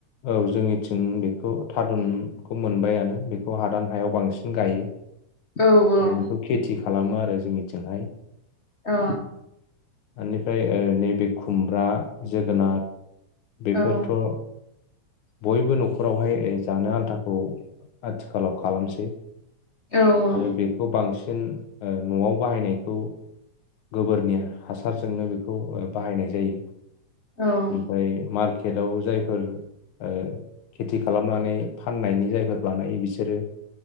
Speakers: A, on the left; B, on the left.
A: औ जोंनिथिं बेखौ थारुनखौ मोनबायानो बेखौ हादान हायाव बांसिन गायो।
B: औ औ
A: ओ बेखौ खेथि खालामो आरो जोंनिथिंहाय।
B: अ
A: बेनिफ्राय ओ नैबे खुमब्रा जोगोनाथ बेफोरथ'
B: औ
A: बयबो न'खरावहाय जानो आन्थाखौ आथिखालाव खालामसै ।
B: औ
A: आरो बेखौ बांसि बांसिन ओ न'आव बाहायनायखौ गोबोरनि हासारजोंनो बेखौ बाहायनाय जायो।
B: औ
A: ओमफ्राय मा केटआव जायफोर ओ खेथि खालामनानै फाननायनि जायफोर बानायो बिसोरो